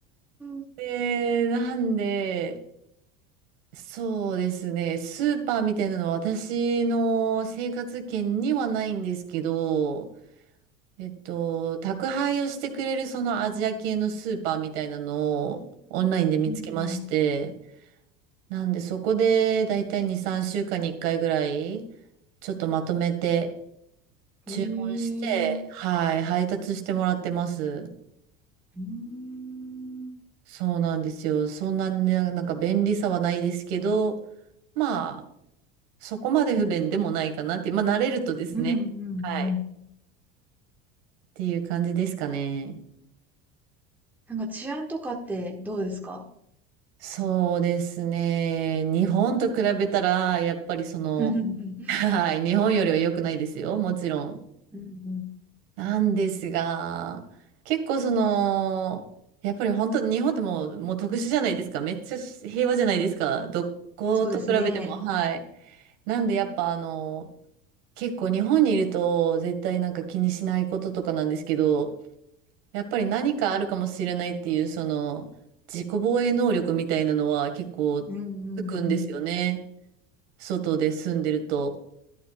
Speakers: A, in the centre; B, on the right.
A: ん。
B: で、なんで、そうですね、スーパーみたいなのは私の生活圏にはないんですけど、えっと、宅配をしてくれるそのアジア系のスーパーみたいなのをオンラインで見つけまして、
A: うんうん。
B: なんでそこでだいたい2、3週間に1回ぐらい、ちょっとまとめて、注文して、
A: へえ。
B: はい、配達してもらってます。
A: うーん。
B: そうなんですよ。そんなね、なんか便利さはないですけど、まあ、そこまで不便でもないかなって、まあ、慣れるとですね。
A: うんうんうん。
B: はい。っていう感じですかね。
A: なんか治安とかってどうですか
B: そうですね。日本と比べたら、やっぱりその、
A: <laughs>
B: はい、日本よりは良くないですよ。もちろん。
A: うんうん。
B: なんですが、結構その、やっぱり本当、日本ってもう、もう特殊じゃないですか。めっちゃし平和じゃないですか。どこと比べても、
A: そうですね。
B: はい。なんでやっぱあの、結構日本にいると絶対なんか気にしないこととかなんですけど、やっぱり何かあるかもしれないっていう、その、自己防衛能力みたいなのは結構つくんですよね。
A: うんうんうん。
B: 外で住んでると。